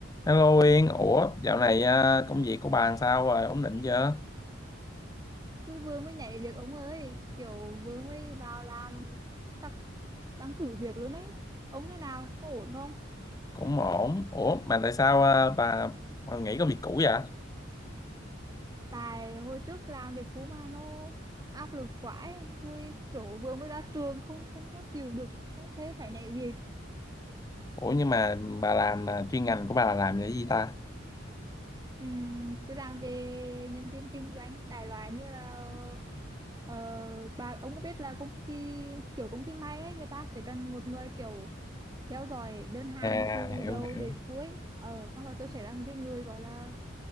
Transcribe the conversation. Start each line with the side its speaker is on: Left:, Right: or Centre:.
Left: Hello Yên, ủa dạo này à, công việc của bà làm sao rồi, ổn định chưa?
Right: tôi vừa mới nhảy việc ông ơi kiểu vừa mới vào làm chắc đang thử việc luôn ấy ông thế nào có ổn không
Left: Cũng ổn, ủa mà tại sao à, bà, bà nghỉ công việc cũ vậy?
Right: tại hồi trước làm việc cũ mà nó áp lực quá ấy. tôi kiểu vừa mới ra trường không không có chịu được không thế phải nhảy việc
Left: Ủa nhưng mà bà làm à, chuyên ngành của bà là làm về cái gì ta?
Right: Ừm, tôi làm về nhân viên kinh doanh đại loại như là ờ, bà ông có biết là công ty kiểu công ty may ấy người ta sẽ cần một người kiểu theo dõi đơn hàng
Left: À
Right: từ
Left: hiểu
Right: đầu
Left: hiểu,
Right: đến cuối ờ xong rồi tôi sẽ làm cái người gọi là